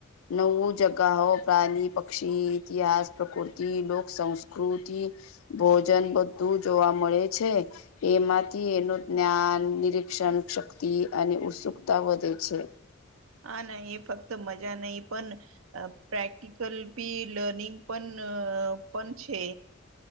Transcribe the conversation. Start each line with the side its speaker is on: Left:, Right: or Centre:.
Left: નવું જગા પ્રાણી, પક્ષી ઇતિહાસ પ્રકૃતિ લોક સંસ્કૃતિ ભોજન બધું જોવા મળે છે. એમાંથી એનું જ્ઞાન નિરીક્ષણ શક્તિ અને ઉત્સુકતા વધે છે.
Right: હા ના એ ફક્ત મજા નહી પણ પ્રેક્ટિકલ બી લર્નિંગ પણ પણ છે.